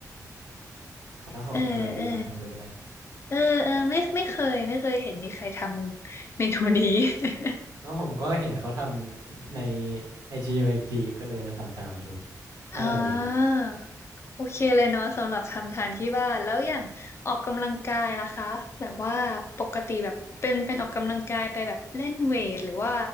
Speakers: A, on the right (about 80°); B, on the left (about 40°).
A: ครับผมอร่อยดีลองทำดูก็ได้
B: เออเออเออเออไม่ไม่เคยไม่เคยเห็นมีใครทำเมนูนี้ <laughs>
A: ก็ผมก็เห็นเขาทำในไอจีมาอีกทีก็เลยมาทำตามดูอร่อยดีครับ
B: อ่าโอเคเลยเนาะสำหรับทำทานที่บ้านแล้วอย่างออกกำลังกายล่ะคะแบบว่าปกติแบบเป็นเป็นออกกำลังกายไปแบบเล่นเวทหรือว่า